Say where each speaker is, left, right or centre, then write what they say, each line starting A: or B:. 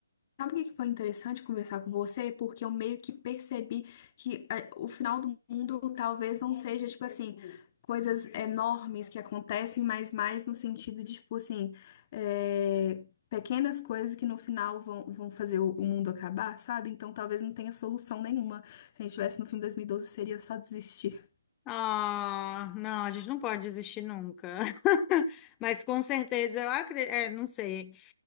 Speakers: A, on the left (about 35°); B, on the left (about 20°).
A: Sabe o que que foi interessante conversar com você? Porque eu meio que percebi que eh, o final do mundo talvez não seja, tipo assim, coisas enormes que acontecem, mas mais no sentido de, tipo assim, eh, pequenas coisas que no final vão, vão fazer o, o mundo acabar, sabe? Então talvez não tenha solução nenhuma. Se a gente tivesse no filme 2012, seria só desistir.
B: Ah, não, a gente não pode desistir nunca. <laughs> Mas com certeza, eu acredito, é, não sei.